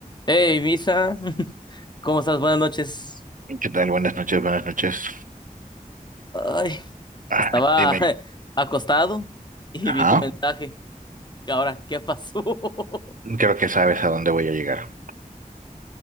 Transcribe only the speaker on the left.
Hey, Misa, <laughs> ¿cómo estás? Buenas noches.
Ay,
estaba
<laughs> acostado y
vi tu mensaje. ¿Qué ahora? ¿Qué pasó? <laughs>